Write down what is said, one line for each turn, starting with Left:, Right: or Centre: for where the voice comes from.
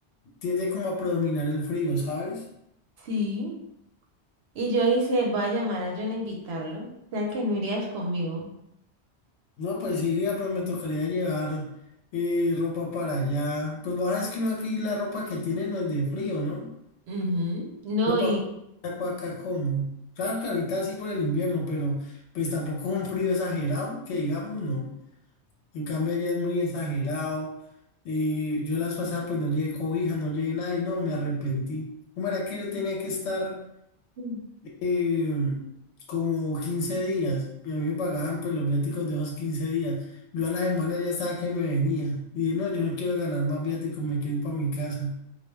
Left: tiende como a predominar el frío, ¿sabes?
Right: Sí. Y yo dije, voy a llamar a John a invitarlo. O sea que no irías conmigo.
Left: No, pues sí iría, pero me tocaría llevar eh, ropa para allá. Pues vos sabes que uno aquí la ropa que tiene no es de frío, ¿no?
Right: Ujú. No,
Left: Yo para
Right: y
Left: acá como. Claro que ahorita sí por el invierno, pero pues tampoco es un frío exagerado, que digamos no. En cambio allá es muy exagerado. Eh, yo las pasadas pues no llevé cobija, no llevé nada y no, me arrepentí. ¿Cómo era que yo tenía que estar?
Right: Mm.
Left: eh, como 15 días y a mí me pagaban pues los viáticos de esos 15 días. Yo a la semana ya estaba que me venía y dije, no, yo no quiero ganar más viáticos, me quiero ir para mi casa.